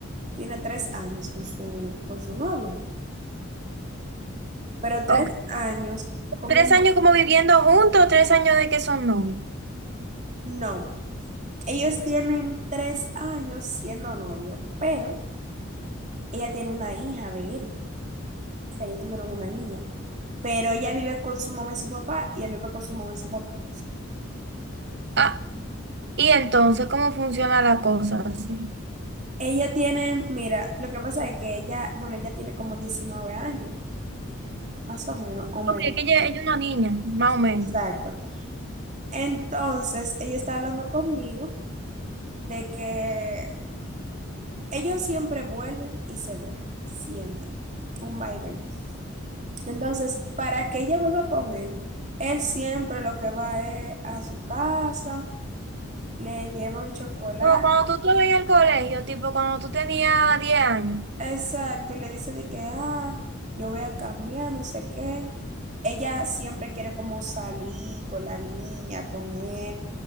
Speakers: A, on the right (about 35°); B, on the right (about 50°).
A: tiene tres años con su, con su novio, pero tres
B: Ok,
A: años con
B: Tres
A: un...
B: años
A: va-
B: como viviendo juntos, tres años de que son novios.
A: No, ellos tienen tres años siendo novio, pero ella tiene una hija de él. O sea, ellos tuvieron una niña. pero ella vive con su mamá y su papá y él vive con su mamá y su papá.
B: Ah, y entonces, ¿cómo funciona la cosa así?
A: Ella tiene, mira, lo que pasa es que ella, bueno, ella tiene como diecinueve años, más o menos, o menos.
B: Porque es que ella, ella es una niña, más o menos.
A: Exacto. Entonces, ella está hablando conmigo de que ellos siempre vuelven y se dejan, siempre, un va y ven. Entonces, para que ella vuelva con él, él siempre lo que va es a su casa, le lleva un chocolate,
B: Como cuando tú estabas en el colegio, tipo cuando tú tenías diez años.
A: Exacto, y le dice de que, ah, yo voy a cambiar, no sé qué. Ella siempre quiere como salir con la niña, con él.